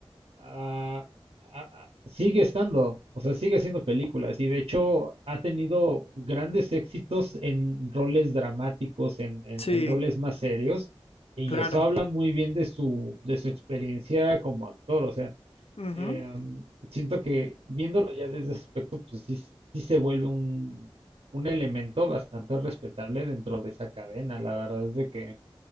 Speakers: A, on the right (about 80°); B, on the left (about 80°).
A: ah, ah, ah, sigue estando, o sea, sigue haciendo películas y de hecho ha tenido grandes éxitos en roles dramáticos, en, en,
B: Sí,
A: en roles más serios, y
B: claro.
A: eso habla muy bien de su, de su experiencia como actor, o sea.
B: Ujú.
A: Eh, siento que viéndolo ya desde ese aspecto, pues sí, sí se vuelve un, un elemento bastante respetable dentro de esa cadena. La verdad es de que